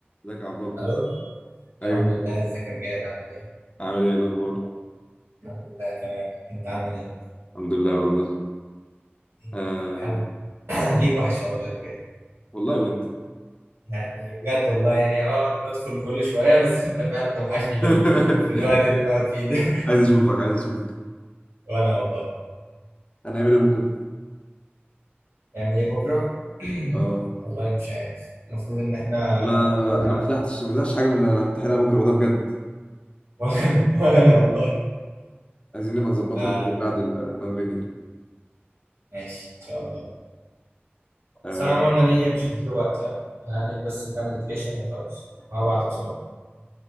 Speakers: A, on the left (about 30°); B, on the right (about 85°).
A: ازيك يا عبد الله
B: الو الحمد
A: ايوه
B: لله ازيك يا بجد عامل ايه
A: عامل ايه الاخبار
B: الحمد لله تمام انت عامل ايه
A: الحمد لله والله
B: إيه،
A: آه
B: حب... <coughs> <clears throat> ليك وحشه والله بجد
A: والله وانت
B: يعني بجد والله يعني اه ندخل كل شويه بس <laughs> انت فعلا بتوحشني
A: <laughs>
B: في ال... في الوقت اللي بنقعد فيه ده <laughs>
A: عايز اشوفك عايز اشوفك
B: وانا والله
A: هنعمل ايه بكره
B: نعمل ايه بكره <coughs>
A: اه
B: <clears throat> والله مش عارف المفروض ان احنا
A: انا
B: علينا
A: انا ما فتحتش ما فتحتش حاجه من اللي انا امتحانها بكره وده بجد
B: <laughs> ولا انا ولا انا والله
A: عايزين نبقى نظبطها
B: آه
A: بعد النون لينير
B: ماشي ان شاء الله
A: آه
B: بس انا عموما أنا ليا مش هديله وقت قوي انا هنيل بس كام ريتريشن وخلاص وهبعت اصابه